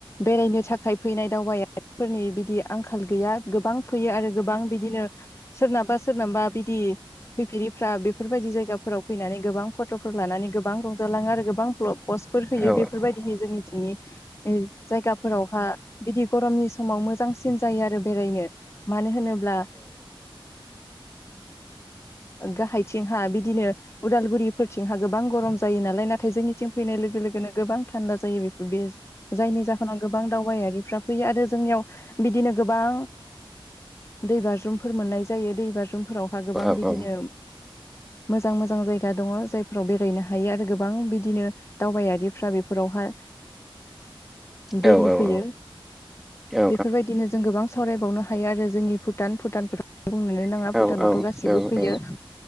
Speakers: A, on the left; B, in the centre.
A: बेरायनो थाखाय फैनाय दावबायफोरनि बिदि आंखाल गैया। गोबां फैयो आरो गोबां बिदिनो सोरनाबा सोरनाबा बिदि फैफेरिफ्रा बेफोरबायदि जायगाफोराव फैनानै गोबां फ फट'फोर लानानै गोबां रंजालाङो आरो गोबां पस्टफोर होयो
B: औ
A: बेफोरबायदिहै जोंनिथिंनि जायगाफोरावहा बिदि गरमनि समाव मोजांसिन जायो आरो बेरायनो। मानो होनोब्ला गाहायथिंहा बिदिनो उदालगुरिफोरथिंहा गोबां गरम ज जायो नालाय नाथाय जोंनिथिं फैनाय लोगो लोगोनो गोबां थान्दा जायो जायनि जा होनाव गोबां दावबायारिफ्रा फैयो आरो जोंनियाव बिदिनो गोबां दै बाज्रुमफोर मोननाय जायो दै बाज्रुमफोरावहा गोबां
B: औ
A: बिदिनो
B: औ अ
A: मोजां मोजां जायगा दङ जायफोराव बेरायनो हायो आरो गोबां बिदिनो दावबायारिफ्रा बेफोरावहा दैेलि
B: अ औ औ
A: फैयो।
B: औ
A: बेफोरबायदिनो जों गोबां सावरायबावनो हायो आरो जोंनि भुटान भुटान बुंनोनो नाङा
B: औ
A: भुटानावथ' गासिबो फैयो।
B: औ